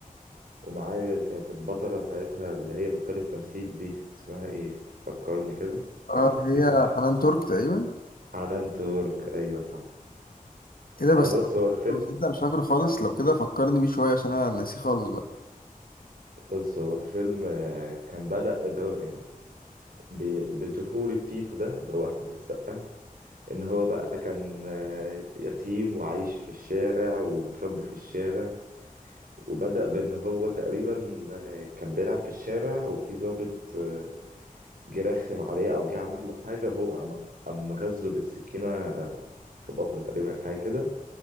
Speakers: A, on the right (about 75°); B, on the left (about 75°).
A: ومعاه كانت البطلة ساعتها اللي هي بطلة تمثيل دي اسمها ايه تفكرني كده تعرف
B: اه
A: تفتكر
B: اللي هي حنان ترك تقريبا
A: حنان ترك ايوه صح
B: ايه ده بس
A: لا بص
B: أنا مش
A: هو الفيلم
B: فاكره تصدق مش فاكره خالص لو كده فكرني بيه شوية عشان انا ناسيه خالص بقى
A: بص هو الفيلم آه، كان بدأ اللي هو يعني ب- بطفولة تيتو ده اللي هو أحمد السقا إن هو بقى كان آه، يتيم وعايش في الشارع ومتربي في الشارع وبدأ بإن هو تقريبا آه، كان بيلعب في الشارع وفي ضابط آه، جه رخم عليه أو جه عمل له حاجة وهو قام قام غزه بالسكينة آه، في بطنه تقريبا حاجة كده